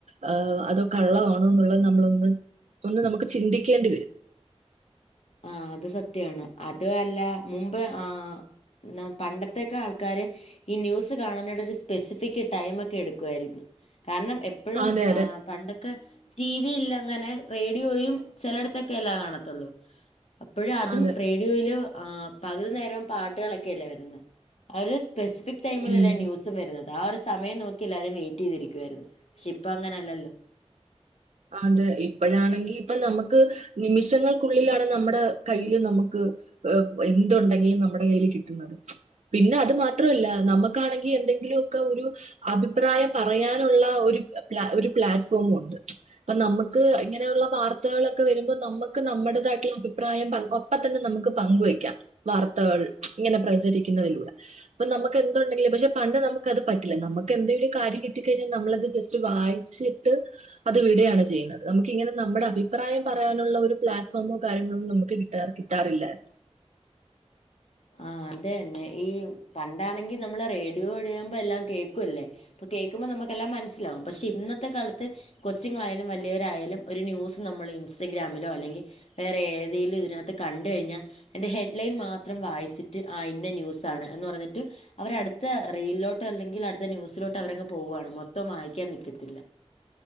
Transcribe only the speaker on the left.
ആ അത് സത്യാണ് അത് അല്ല മുമ്പ് ആ നാ പണ്ടത്തെക്കെ ആൾക്കാര് ഈ ന്യൂസ് കാണ്ന്നട ഒരു സ്പെസിഫിക് ടൈമ് ക്കെ എടുക്കുയിരുന്നു കാരണം എപ്പഴും
ആഹ് പണ്ടൊക്കെ ടി വി ഇല്ലങ്ങനെ റേഡിയോയും ചിലയിടത്തൊക്കെല്ലാ കാണത്തുള്ളൂ അപ്പയെഅതും
റേ യോയില് പകുതി നേരം പാട്ടുകളൊക്കെല്ലേ വരുന്നേ ഒരു സ്പെസിഫിക് ടൈമിലല്ലേ
ന്യൂസും വരുന്നത് ആ ഒരു സമയം നോക്കി എല്ലാരും വെയിറ്റ് ചെയ്തിരിക്കുവായിരുന്നു പക്ഷെ ഇപ്പ അങ്ങനെയല്ലല്ലോ
ആഹ് അതെ തന്നെ ഈ പണ്ടാണെങ്കി നമ്മള് റേഡിയോ ഒഴിയുമ്പ എല്ലാം കേ ക്കുല്ലേ അപ്പ കേൾക്കുമ്പ നമുക്കെല്ലാം മനസ്സിലാാവും പക്ഷെ ഇന്നത്തെ കാലത്ത് കൊച്ചുങ്ങളായാലും വലിയവരായാലും ഒരു ന്യൂസ് നമ്മൾ ഇൻസ്റ്റഗ്രാമിലോ അല്ലെങ്കി വേറെ ഏതെലും ഇതിനകത്ത് കണ്ട് കഴിഞ്ഞാ അയിന്റെ ഹെഡ്ലൈൻ മാത്രം വായി ച്ച്ട്ട് ആഹ് ഇന്ന ന്യൂസാണ് എന്ന് പറഞ്ഞിട്ട് അവര അടുത്ത റെയിലിലോട്ട് അല്ലെങ്കിൽ അടുത്ത ന്യൂസിലോ ട്ട് അവരങ്ങ് പോവാണ് മൊത്തം വായിക്കാൻ നിക്കത്തില്ല